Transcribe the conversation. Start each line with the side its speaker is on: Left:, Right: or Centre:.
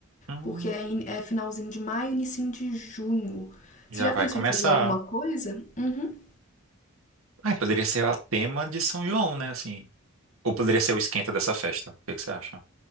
Right: Hum,
Left: Porque é, in- é finalzinho de maio, inicinho de junho.
Right: já
Left: Você já
Right: vai
Left: pensou
Right: começar.
Left: em fazer alguma coisa? Uhum.
Right: Ai, poderia ser o tema de São João, né, assim. Ou poderia ser o esquenta dessa festa. O que que você acha?